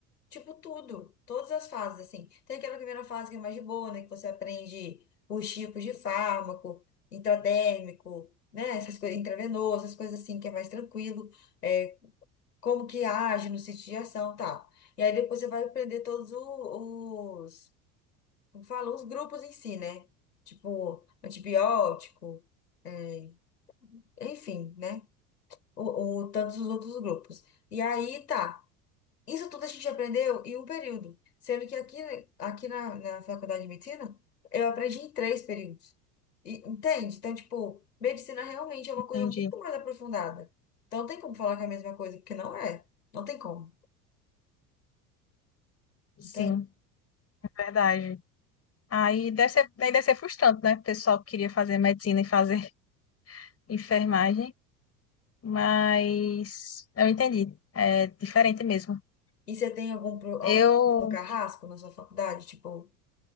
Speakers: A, on the left; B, on the left.
A: Tipo, tudo. Todas as fases, assim. Tem aquela primeira fase que é mais de boa, né? Que você aprende os tipos de fármaco, intradérmico, né? Essas coisas, intravenoso, essas coisas assim, que é mais tranquilo. É, como que age no sítio de ação e tal. E aí depois você vai aprender todos o- os... Como fala? Os grupos em si, né? Tipo, antibiótico, é, enfim, né? ou, ou tantos os outros grupos. E aí tá. Isso tudo a gente aprendeu em um período, sendo que aqui, aqui na, na faculdade de medicina eu aprendi em três períodos. E, entende? Então, tipo, medicina realmente é uma
B: Entendi.
A: coisa muito mais aprofundada. Então, não tem como falar que é a mesma coisa, porque não é. Não tem como,
B: Sim,
A: entende?
B: verdade. Aí deve ser, aí deve ser frustrante, né? O pessoal que queria fazer medicina e fazer <laughs> enfermagem, mas eu entendi. É diferente mesmo.
A: E você tem algum, pro- algum
B: Eu,
A: professor carrasco na sua faculdade, tipo,